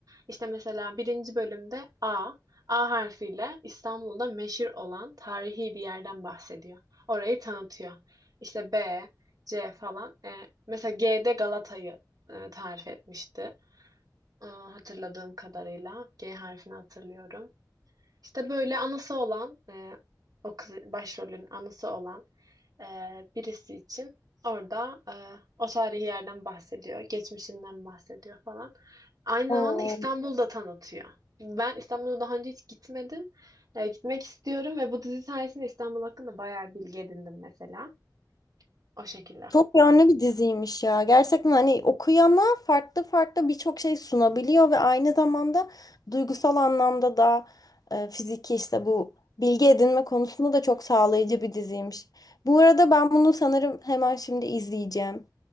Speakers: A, on the right; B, on the left.
A: İşte mesela birinci bölümde A, A harfiyle İstanbul'da meşhur olan tarihi bir yerden bahsediyor. Orayı tanıtıyor. İşte B, C falan. Ee, mesela G'de Galata'yı e, tarif etmişti. Ee, hatırladığım kadarıyla. G harfini hatırlıyorum. İşte böyle anası olan e, o kız başrolün anası olan e, birisi için orada e, o tarihi yerden bahsediyor. Geçmişinden bahsediyor falan. Aynı
B: Oo.
A: zamanda İstanbul'da tanıtıyor. Ben İstanbul'a daha önce hiç gitmedim. E, gitmek istiyorum ve bu dizi sayesinde İstanbul hakkında bayağı bilgi edindim mesela. O şekilde.
B: Çok yönlü bir diziymiş ya. Gerçekten hani okuyana farklı farklı birçok şey sunabiliyor ve aynı zamanda duygusal anlamda da e, fiziki işte bu bilgi edinme konusunda da çok sağlayıcı bir diziymiş. Bu arada ben bunu sanırım hemen şimdi izleyeceğim.